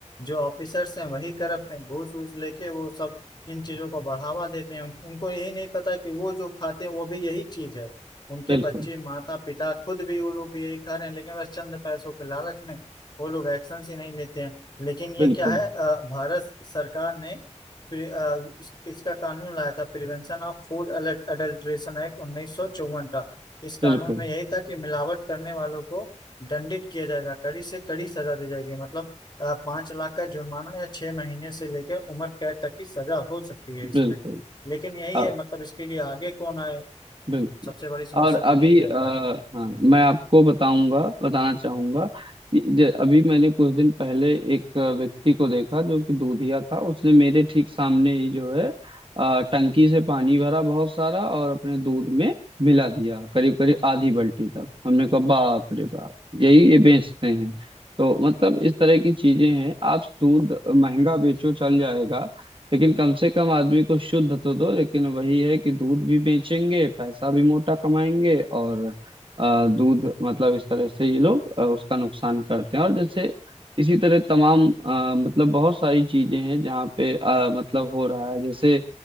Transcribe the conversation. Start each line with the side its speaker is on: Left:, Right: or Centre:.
Left: जो ऑफिसर्स हैं वही करप्ट हैं घूस वूस लेके वो सब इन चीजों को बढ़ावा देते हैं उन- उनको यही नहीं पता कि वो जो खाते हैं वो भी यही चीज है उनके
Right: बिल्कुल
Left: बच्चे माता पिता खुद भी वो लोग भी यही खा रहे हैं लेकिन बस चंद पैसों के लालच में वो लोग एक्शन ही नहीं लेते हैं लेकिन ये
Right: बिल्कुल
Left: क्या है अ, भारत सरकार ने फिर अ, इस- किसका कानून लाया था Prevention of food adulteration act उन्नीस सौ चौवन का इस
Right: बिल्कुल
Left: कानून में यही था कि मिलावट करने वालों को दंडित किया जाएगा कड़ी से कड़ी सजा दी जाएगी मतलब अ, पाँच लाख का जुर्माना या छह महीने से लेकर उम्र कैद तक की सजा हो सकती है इसमें
Right: बिल्कुल
Left: लेकिन यही
Right: अब
Left: है मतलब इसके लिए आगे कौन आए
Right: बिल्कुल
Left: सबसे बड़ी समस्या
Right: और अभी
Left: तो यही
Right: आ,
Left: रहता है
Right: हाँ मैं आपको बताऊंगा बताना चाहूंगा कि ज- अभी मैंने कुछ दिन पहले एक व्यक्ति को देखा जो कि दूधिया था उसने मेरे ठीक सामने ही जो है अ, टंकी से पानी भरा बहुत सारा और अपने दूध में मिला दिया करीब करीब आधी बाल्टी तक हमने कहा बाप रे बाप यही ये बेचते हैं तो मतलब इस तरह की चीजें हैं आप दूध महंगा बेचो चल जाएगा लेकिन कम से कम आदमी को शुद्ध तो दो लेकिन वही है कि दूध भी बेचेंगे पैसा भी मोटा कमाएंगे और अ, दूध मतलब इस तरह से ये लोग अ, उसका नुकसान करते हैं और जैसे इसी तरह तमाम अ, मतलब बहुत सारी चीजें हैं जहाँ पे अ, मतलब हो रहा है जैसे